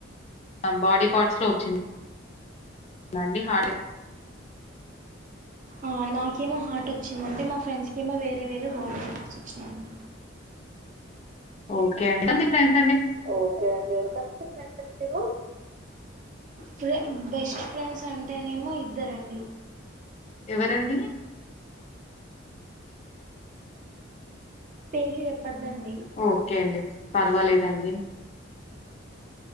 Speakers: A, on the left; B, on the right.
A: అ బాడీ పార్ట్స్ లో వచ్చింది. నండి హార్ట్
B: అ నాకేమో హార్ట్ వచ్చిందండి. మా ఫ్రెండ్స్ కి ఏమో వేరే వేరే బాడి లో పార్ట్స్ వచ్చినాయండి
A: ఓకే అండి టంది ఫ్రెండ్
B: ఓకే అండి ఎంత మంది ఫ్రెండ్స్ అండి మీరు ఫ్రె బెస్ట్ ఫ్రెండ్స్ అంటేనేమో ఇద్దరండి.
A: ఎవరండి
B: పేర్లు చెప్పద్దండి.
A: ఓకే అండి. పర్వాలేదండి